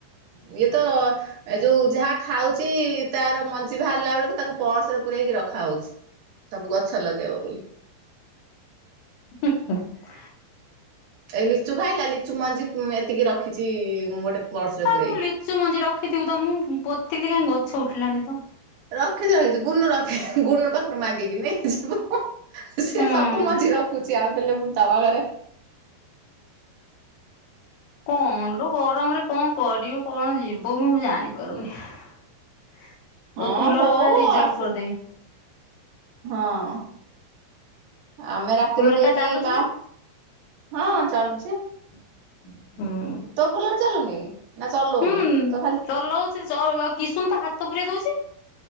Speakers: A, on the right; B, on the left.
A: ହୁଁ ଇଏ ତ ଏ ଯୋଉ ଯାହା ଖାଉଛି ତାର ମଞ୍ଜି ବାହାରିଲା ବେଳକୁ ତାକୁ ପରସରେ ପୁରେଇକି ରଖା ହଉଛି ସବୁ ଗଛ ଲଗେଇବ ବୋଲି।
B: ହୁଁ ହୁଁ ।
A: ଏଇ ଲିଚୁ ଖାଇଲା ଲିଚୁ ମଞ୍ଜି ଏତିକି ରଖିଛି ଗୋଟେ ପର୍ସ ରେ
B: ହଁ
A: ପୂରେଇକି।
B: ମୁଁ ଲିଚୁ ମଞ୍ଜି ରଖିଥିବୁ ତ ମୁଁ ପୋତିଲିି କାଇଁ ଗ ଗଛ ଉଠିଲାନି ତ
A: ରଖିଛି ରଖିଛି ଗୁନୁ ରଖି ଗୁନୁ ପାଖରୁ ମାଗିକି ନେଇଯିବୁ। ସିଏ
B: ହୁଁ।
A: ସବୁ ମଞ୍ଜି ରଖୁଛି ଆଭେଲେବୁଲ। ତବା ଘରେ
B: କଣ ଲୋ ଗରମରେ କଣ କରିବୁ କଣ ଯିବୁ ମୁଁ ଜାଣିପାରୁନି ।
A: ହଁ
B: କୁଲର
A: ହଉ
B: ପୁରା ରିଜର୍ଭ
A: ଆସି
B: କରିଦେବି।
A: ହଁ। <inaudible> ଆମେ ରାତିରେ
B: କୁଲର
A: ଦେଇକି
B: ଟା ଚାଲୁଛି
A: ମା
B: ନା
A: <inaudible> ହଁ ଚାଲୁଛି ।
B: ହଁ।
A: ତୋ କୁଲର ଚାଲୁନି କି? ନା ଚଲଉନୁ
B: ହୁଁ
A: ତୋ ଖାଲି
B: ଚଲଉଛି ଚଳିବ କିଶୁନ ପା ହାତ ପୂରେଇ ଦଉଛି ।